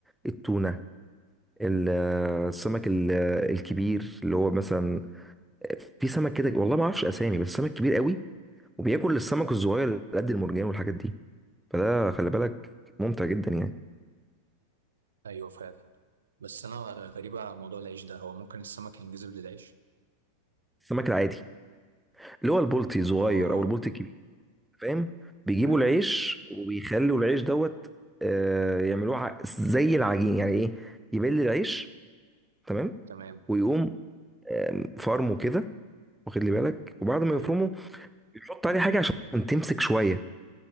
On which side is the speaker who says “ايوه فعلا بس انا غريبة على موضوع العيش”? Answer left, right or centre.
Right